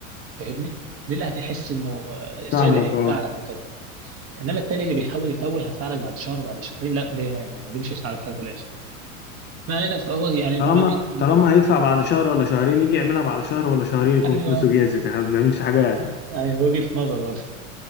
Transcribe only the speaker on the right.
فاهمني دي اللي هتحس انه آه، صادق
هيدفع
لك بجد انما التاني اللي بيحاول يتوه هدفع لك بعد شهر بعد شهرين لا ده دي مش هيساعدك حاجه في الاخر ما علينا فهو يعني
ما بي
ايوه
ايوه وجهه نظر برضه